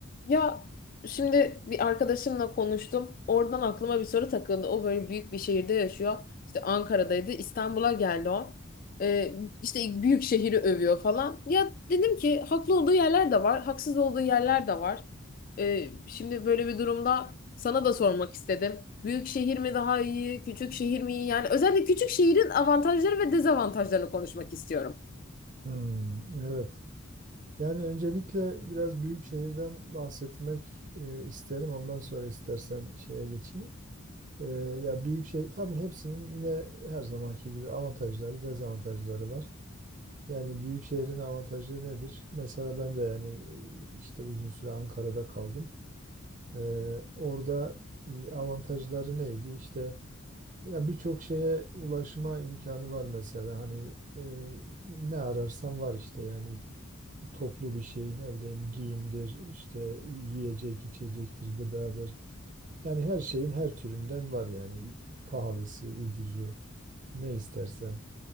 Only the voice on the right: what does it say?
Hmm, evet. Yani öncelikle biraz büyük şehirden bahsetmek e, isterim. Ondan sonra istersen şeye geçeyim. E, ya büyük şehir tabii hepsinin yine her zamanki gibi avantajları, dezavantajları var. Yani büyük şehrin avantajı nedir? Mesela ben de yani e, işte uzun süre Ankara'da kaldım. E, orada e, avantajları neydi? İşte ya birçok şeye ulaşma imkanı var mesela. Hani e, ne ararsan var işte yani toplu bir şeyin ne bileyim giyimdir, işte yiyecek, içecektir, gıdadır. Yani her şeyin her türünden var yani pahalısı, ucuzu ne istersen.